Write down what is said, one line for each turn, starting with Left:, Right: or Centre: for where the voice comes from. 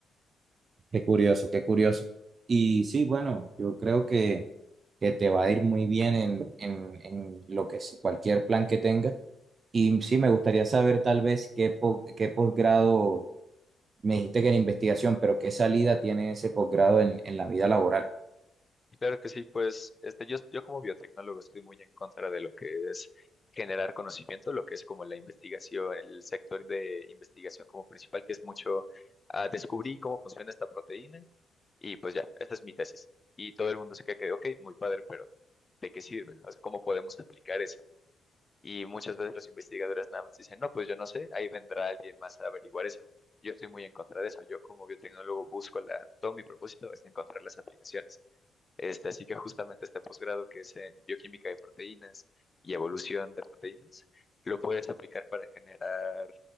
Right: Qué curioso, qué curioso. Y sí, bueno, yo creo que, que te va a ir muy bien en, en, en lo que es cualquier plan que tengas. Y sí, me gustaría saber tal vez qué, po- qué posgrado, me dijiste que era investigación, pero qué salida tiene ese posgrado en, en la vida laboral.
Left: Claro que sí, pues este, yo, yo como biotecnólogo estoy muy en contra de lo que es generar conocimiento, lo que es como la investigación, el sector de investigación como principal, que es mucho ah, descubrí cómo funciona esta proteína y pues ya, esta es mi tesis. Y todo el mundo se queda que, ok, muy padre, pero ¿de qué sirve? O sea, ¿cómo podemos aplicar eso? Y muchas veces los investigadores nada más dicen, no, pues yo no sé, ahí vendrá alguien más a averiguar eso. Yo estoy muy en contra de eso. Yo como biotecnólogo busco la, todo mi propósito es encontrar las aplicaciones. Este, así que justamente este posgrado que es en bioquímica de proteínas y evolución de proteínas, lo puedes aplicar para generar